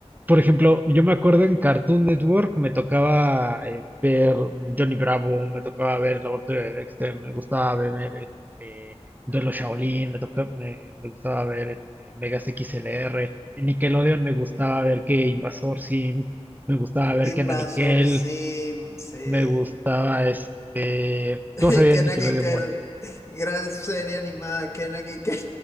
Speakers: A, on the right; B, on the left.
A: por ejemplo, yo me acuerdo en Cartoon Network me tocaba eh, ver Johnny Bravo, me tocaba ver El Laboratorio de Dexter, me gustaba ver este, Duelo Shaolin, me, toca- me, me gustaba ver este, Megas XLR. En Nickelodeon me gustaba ver que Invasor Sim, me gustaba ver
B: Invasor
A: que Nickel.
B: Sim, sí.
A: me gustaba este.
B: <laughs>
A: ¿Cómo sabía
B: Kenan
A: Nickelodeon?
B: y Kel,
A: Bueno,
B: gran serie animada, Kenan y Kel.